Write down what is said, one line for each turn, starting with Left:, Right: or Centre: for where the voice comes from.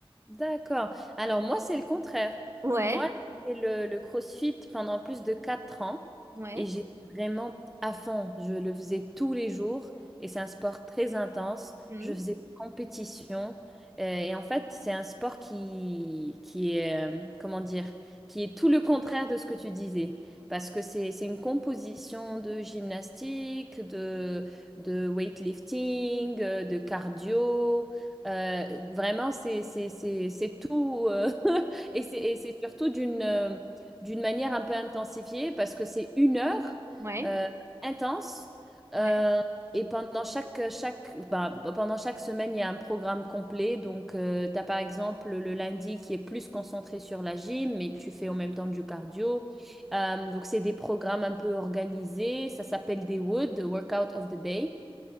Centre: D'accord. Alors moi, c'est le contraire.
Right: Ouais,
Centre: Moi, j'ai fait le, le CrossFit pendant plus de 4 ans
Right: ouais,
Centre: et j'étais vraiment à fond. Je le faisais tous les jours et c'est un sport très intense.
Right: hmm,
Centre: Je faisais des compétitions euh, et en fait, c'est un sport qui, qui est, euh, comment dire, qui est tout le contraire de ce que tu disais. Parce que c'est, c'est une composition de gymnastique, de, de weightlifting, euh, de cardio. Euh, vraiment, c'est c'est- c'est- c'est tout. euh, <laughs> et c'est et c'est surtout d'une euh, d'une manière un peu intensifiée parce que c'est une heure
Right: ouais,
Centre: euh, intense. Euh,
Right: ouais.
Centre: et pendant chaque, chaque, bah, pendant chaque semaine, il y a un programme complet. Donc, tu as par exemple le lundi qui est plus concentré sur la gym, mais tu fais en même temps du cardio. Euh, donc, c'est des programmes un peu organisés. Ça s'appelle des WOOD, Workout of the Day.